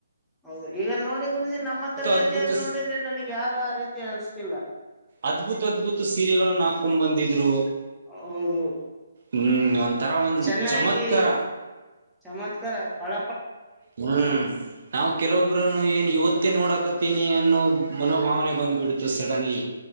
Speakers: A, in the centre; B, on the right (about 55°).
A: ಹೌದು ಈಗ ನೋಡಿ ಗುರೂಜಿ ನಮ್ಮ ತರಗತಿಯಲ್ಲಿ
B: ಅದ್ಭುತ
A: ನೋಡಿದ್ರೆ ನನಗ್ ಯಾರು ಆ ರೀತಿ ಅನಿಸ್ತಿಲ್ಲ
B: ಅದ್ಭುತ ಅದ್ಭುತ ಸೀರೆಗಳನ್ನು ಹಾಕೊಂಡ್ ಬಂದಿದ್ರು
A: ಹೌದು
B: ಹ್ಮ್ ಒಂಥರ ಒಂದ್
A: ಚೆನ್ನಾಗಿ
B: ಚಮತ್ಕಾರ
A: ಚಮತ್ಕಾರ ಪಳ
B: ಹ್ಮ್ ನಾವ್ ಕೆಲವೊಬ್ರನು ಏನ್ ಇವತ್ತು ನೋಡಾಕತ್ತೀನಿ ಅನ್ನೋ ಮನೋಭಾವನೆ ಬಂದ್ಬಿಡ್ತು ಸಡನ್ ಆಗಿ